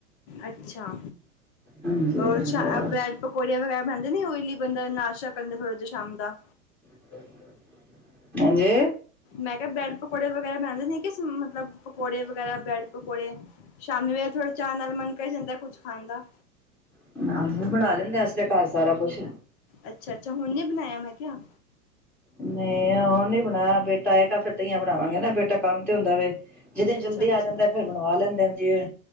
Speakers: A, on the left; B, in the centre.
A: ਅੱਛਾ
B: ਹਾਂਜੀ
A: ਓਰ ਛਾ
B: ਹੋਰ
A: ਆ ਬਰੇ ਪਕੌੜੇ ਵਗੈਰਾ ਬਣਦੇ ਨੀ ਓਈਲੀ ਬੰਦਾ ਨਾਸ਼ਾ ਕਰਦਾ ਥੋੜਾ ਜਾ ਸ਼ਾਮ ਦਾ।
B: <inaudible> ਹਾਂਜੀ?
A: ਮੈਂ ਕਿਆ ਬਰੈਂਡ ਪਕੌੜੇ ਵਗੈਰਾ <unintelligible> ਨੇ ਸ ਮਤਲਬ ਪਕੌੜੇ ਵਗੈਰਾ ਬਰੈੱਡ-ਪਕੌੜੇ ਸ਼ਾਮੀ ਵੇਲੇ ਥੋੜਾ ਚਾਹ ਨਾਲ ਮਨ ਕਰ ਜਾਂਦਾ ਕੁੱਛ ਖਾਣ ਦਾ।
B: <unintelligible> ਅਸੀਂ ਬਣਾ ਲੈਂਦੇ ਅਸੀਂ ਤਾਂ ਘਰ ਸਾਰਾ ਕੁਛ।
A: ਅੱਛਾ-ਅੱਛਾ ਹੁਣ ਨੀ ਬਣਾਇਆ ਮੈਂ ਕਿਆ?
B: ਨਈ ਹੁਣ ਨੀ ਬਣਾਇਆ ਬੇਟਾ ਆਏਗਾ ਫੇਰ ਤਾਂਈਆ ਬਣਾਵਾਂਗੇ ਨਾ ਬੇਟਾ ਕੰਮ ਤੇ ਹੁੰਦਾ ਵੇ, ਜਿੱਦੇ
A: ਅੱਛਾ
B: ਜਲਦੀ
A: ਅੱਛਾ
B: ਆ ਜਾਂਦਾ ਫਿਰ ਬਣਵਾ ਲੈਂਦੇ ਨੇ ਜੇ।